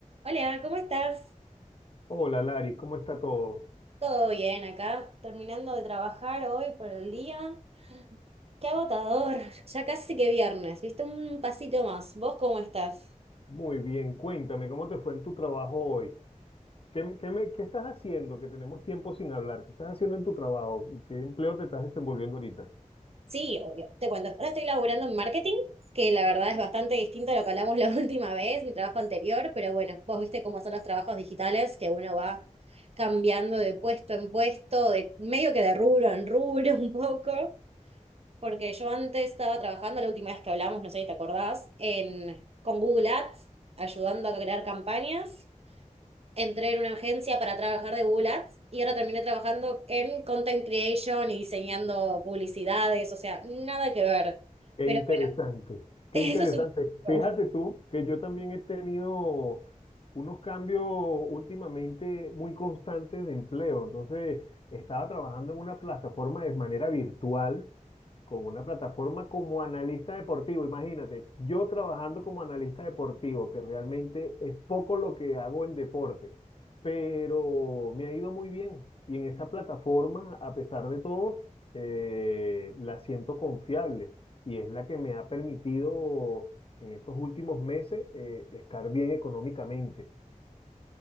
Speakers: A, on the right; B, on the left.
A: Hola, ¿cómo estás?
B: Hola Lari, ¿cómo está todo?
A: ¿Todo bien acá? Terminando de trabajar hoy por el día. Qué agotador, <laughs> ya casi que viernes, ¿viste? Un pasito más. ¿Vos cómo estás?
B: Muy bien, cuéntame, ¿cómo te fue en tu trabajo hoy? ¿Qué, qué me- qué estás haciendo? Que tenemos tiempo sin hablar. ¿Qué estás haciendo en tu trabajo? ¿Qué empleo te estás desenvolviendo ahorita?
A: Sí, obvio, te cuento. Ahora estoy laburando en marketing, que la verdad es bastante distinto a lo que hablamos la <laughs> última vez, mi trabajo anterior, pero bueno, vos viste cómo son los trabajos digitales, que uno va cambiando de puesto en puesto, de medio que de rubro en rubro <laughs> un poco. Porque yo antes estaba trabajando, la última vez que hablamos, no sé si te acordás, en, con Google Ads, ayudando a crear campañas. Entré en una agencia para trabajar de Google Ads y ahora terminé trabajando en content creation y diseñando publicidades, o sea, nada que ver.
B: Qué
A: Pero
B: interesante,
A: bueno, <laughs>
B: qué
A: eso
B: interesante.
A: es un poco.
B: Fíjate tú que yo también he tenido unos cambios últimamente muy constantes de empleo. Entonces, estaba trabajando en una plataforma de manera virtual con una plataforma como analista deportivo. Imagínate, yo trabajando como analista deportivo, que realmente es poco lo que hago en deporte, pero me ha ido muy bien. Y en esa plataforma, a pesar de todo, eh, la siento confiable y es la que me ha permitido en estos últimos meses eh, estar bien económicamente.